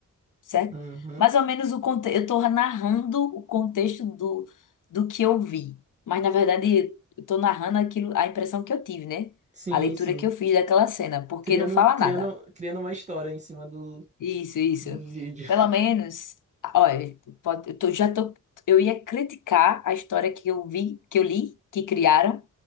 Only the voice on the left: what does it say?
certo?
Mais ou menos o contexto. Eu estou narrando o contexto do, do que eu vi, mas na verdade eu estou narrando aquilo, a impressão que eu tive, né?
A leitura
que eu fiz daquela cena, porque
não fala
nada.
Isso, isso.
Pelo menos, olha, pode- eu tô- já tô, eu ia criticar a história que eu vi, que eu li, que criaram,